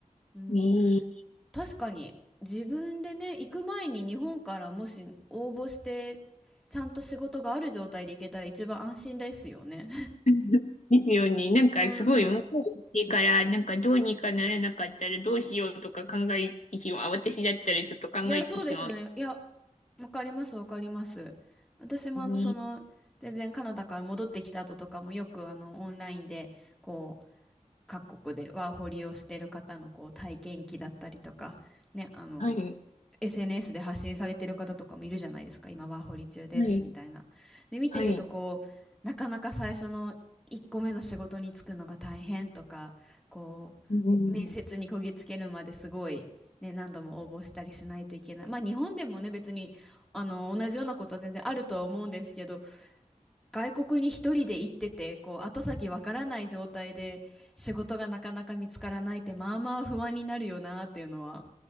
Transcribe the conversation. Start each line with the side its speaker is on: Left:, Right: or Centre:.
Centre: うん、
Left: えー
Centre: 確かに自分でね行く前に日本からもし応募してちゃんと仕事がある状態で行けたら一番安心ですよね。
Left: <laughs> ですよね。なんかすごい向こう行ってから、
Centre: <laughs> うん。
Left: なんかどうにかならなかったらどうしようとか考えてしまう。あ私だったらちょっと考えてしまう。
Centre: いや、そうですね。いや、わかります、わかります。私もあの、
Left: ね
Centre: その、全然カナダから戻ってきた後とかもよくあの、オンラインで、こう、各国でワーホリをしてる方のこう体験記だったりとか、ね、あの、
Left: はい。
Centre: SNS で発信されてる方とかもいるじゃないですか。今ワーホリ中ですみたいな。
Left: はい。
Centre: で、見てるとこう、
Left: はい。
Centre: なかなか最初の1個目の仕事に就くのが大変とか、こ
Left: うん。
Centre: う、面接にこぎつけるまですごい、ね、何度も応募したりしないといけない。まあ日本でもね、別に、あの、同じようなことは全然あるとは思うんですけど、外国に一人で行ってて、こう、後先わからない状態で仕事がなかなか見つからないって、まあまあ不安になるよなっていうのは、